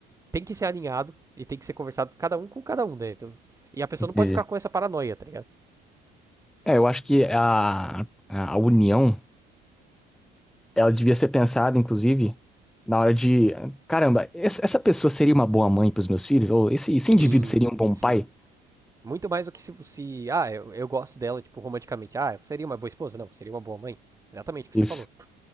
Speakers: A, on the right; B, in the centre.
A: tem que ser alinhado e tem que ser conversado cada um com cada um, né? Então, e a pessoa
B: Entendi.
A: não pode ficar com essa paranoia, tá ligado?
B: É, eu acho que a, a união, ela devia ser pensada, inclusive, na hora de, caramba, essa essa pessoa seria uma boa mãe para os meus filhos? Ou esse, esse
A: Sim,
B: indivíduo seria um bom
A: sim.
B: pai?
A: Muito mais do que se. se ah, eu, eu gosto dela, tipo, romanticamente. Ah, seria uma boa esposa? Não, seria uma boa mãe. Exatamente o que
B: Isso.
A: você falou.